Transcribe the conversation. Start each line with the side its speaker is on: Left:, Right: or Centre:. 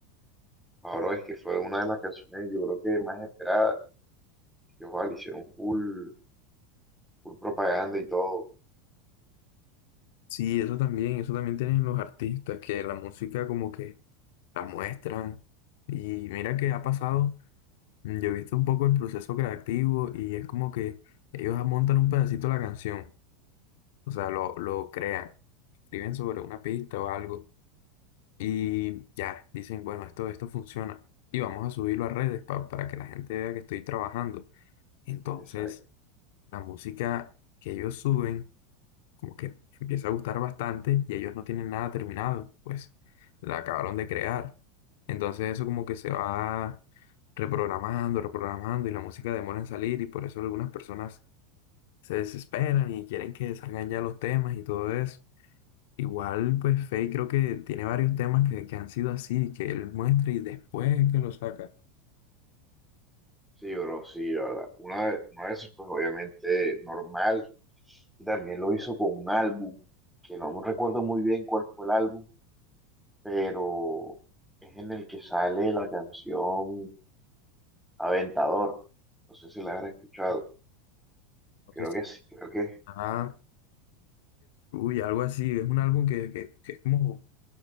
Centre: Ah, bro, es que fue una de las canciones, yo creo que más esperadas. Que ojalá, le hicieron full, full propaganda y todo.
Left: Sí, eso también, eso también tienen los artistas, que la música como que la muestran. Y mira que ha pasado. Mm, Yo he visto un poco el proceso creativo y es como que ellos montan un pedacito de la canción, o sea, lo, lo crean, escriben sobre una pista o algo y ya, dicen, bueno, esto, esto funciona y vamos a subirlo a redes pa- para que la gente vea que estoy trabajando. Entonces,
Centre: Esa
Left: la música que ellos suben como que empieza a gustar bastante y ellos no tienen nada terminado, pues la acabaron de crear. Entonces eso como que se va reprogramando, reprogramando y la música demora en salir y por eso algunas personas se desesperan y quieren que salgan ya los temas y todo eso. Igual pues Faye creo que tiene varios temas que, que han sido así, que él muestra y después es que lo saca.
Centre: Sí, bro, sí, la verdad. Una, de- una vez, pues obviamente normal. Y también lo hizo con un álbum, que no recuerdo muy bien cuál fue el álbum, pero es en el que sale la canción Aventador. No sé si la has escuchado.
Left: Entonces,
Centre: Creo que sí, creo que
Left: ah, y algo así, es un álbum que, que, que es como